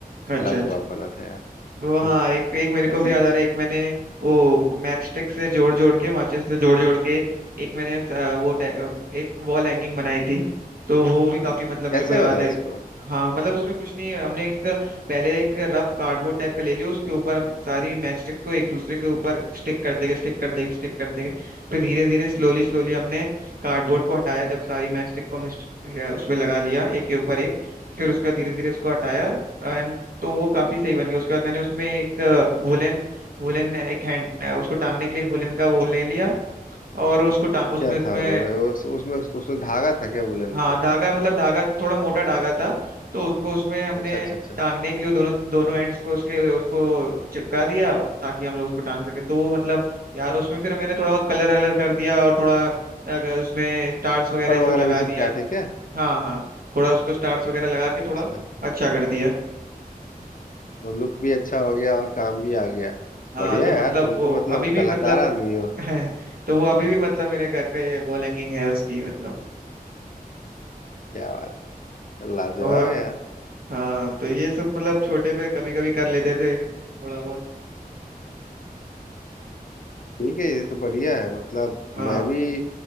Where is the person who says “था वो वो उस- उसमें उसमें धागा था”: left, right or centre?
Left